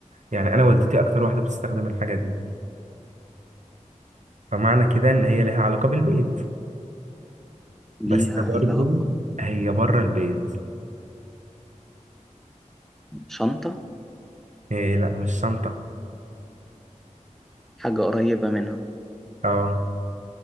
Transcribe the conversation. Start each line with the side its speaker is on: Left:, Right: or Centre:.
Right: يعني انا والدتي اكتر واحده بتستخدم الحاجه دي فمعنى كده ان هي لها علاقه بالبيت
Centre: ليها
Right: بس
Centre: علاقة
Right: برضو هي بره البيت
Centre: شنطة
Right: إيه لا مش شنطه
Centre: حاجة قريبة منها
Right: اه